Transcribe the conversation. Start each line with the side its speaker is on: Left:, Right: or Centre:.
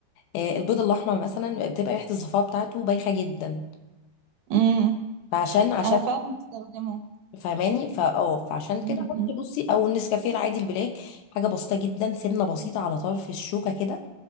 Left: آه البيض الاحمر مثلا بتبقى ريحه الزفاره بتاعته بايخه جدا
Right: امم
Left: فعشان عشان
Right: انا فعلا بستخدمه
Left: فاهماني فا اه فعشان كده
Right: امم
Left: حطي
Right: امم
Left: بصي او النسكافيه العادي البلاك حاجه بسيطه جدا سنه بسيطه على طرف الشوكه كده